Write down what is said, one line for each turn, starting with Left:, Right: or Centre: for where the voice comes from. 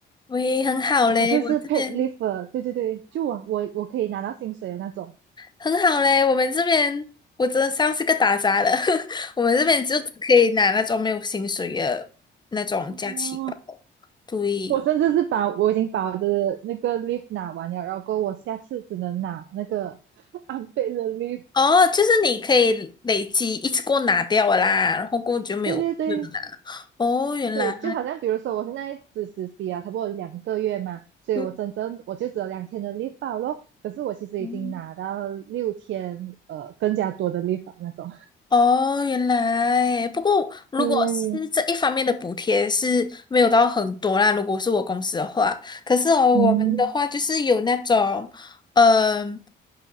Left: 喂，很好嘞，
Right: 可是是
Left: 我这边
Right: paid leave，的对对对，就我我我可以拿到薪水的那种。
Left: 很好嘞，我们这边我真的像是个打杂的，<laughs> 我们这边就只可以拿那种没有薪水的那种假期吧。
Right: 哦，
Left: 对。
Right: 我甚至是把我已经把我的那个 leave 拿完了，然后我下次只能拿那个 <laughs> unpaid 的 leave。
Left: 哦，就是你可以累积一次过拿掉了啦，然后过后就没有没有拿。
Right: 对对对
Left: 哦，原来，
Right: 对，就好像比如说我现在只实习啊，差不多两个月嘛，所以我真正我就只有两天的
Left: 嗯，
Right: leave 罢咯。可是我其实已经拿到六天，
Left: 嗯
Right: 呃，更加多的 leave 啊那种。
Left: 哦，原来。不过如果是这一方面的补贴是没有到很多啦，
Right: 对，
Left: 如果是我公司的话，可是哦，
Right: 嗯，
Left: 我们的话就是有那种，嗯。